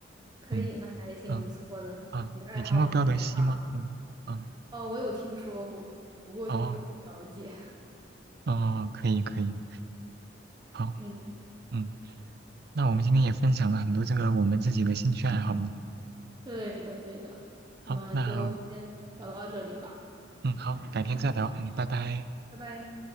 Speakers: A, on the right; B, on the right.
A: 可以，
B: 嗯
A: 那还挺不错的。
B: 嗯啊，
A: 你的爱好很健康。
B: 你听过彪德西吗？嗯嗯
A: 哦，我有听说过，不过就是不太了解。
B: 哦
A: <laughs>
B: 哦，可以可以，好，
A: 嗯，
B: 嗯，那我们今天也分享了很多这个我们自己的兴趣爱好呢
A: 对的，对的。
B: 好，
A: 我们就先聊到这里吧，
B: 那。嗯，好，改天再聊。嗯，拜拜。
A: 拜拜。